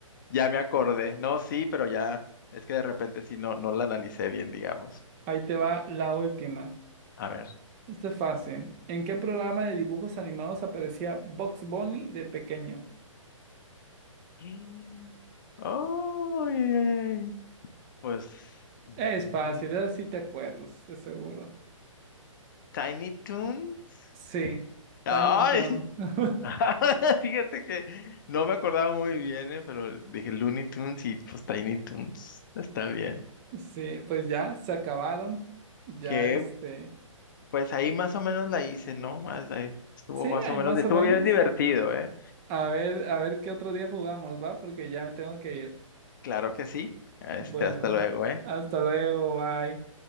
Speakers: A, on the left; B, on the right.
A: Ya me acordé. No, sí, pero ya, es que de repente sí, no, no la analicé bien, digamos.
B: Ahí te va la última.
A: A ver.
B: Esto es fácil. ¿En qué programa de dibujos animados aparecía Bugs Bunny de pequeño?
A: Mm. Oh, ay, ay, ay. Pues, mm,
B: Es fácil, ahora sí te acuerdas, de seguro.
A: Tiny Toons.
B: Sí,
A: Ay,
B: Tiny Toons. <laughs>
A: <laughs> fíjate que no me acordaba muy bien, eh, pero dije Looney Tunes y pues Tiny Toons, está bien.
B: Sí, pues ya, se acabaron. Ya
A: Qué
B: este.
A: Pues ahí más o menos la hice, ¿no? Más- ahí estuvo
B: Sí,
A: más
B: hay
A: o menos,
B: más
A: estuvo
B: o menos.
A: bien divertido, ¿eh?
B: A ver, a ver qué otro día jugamos, ¿va? Porque ya me tengo que ir.
A: Claro que sí. Este,
B: Bueno,
A: hasta luego, ¿eh?
B: hasta luego, bye.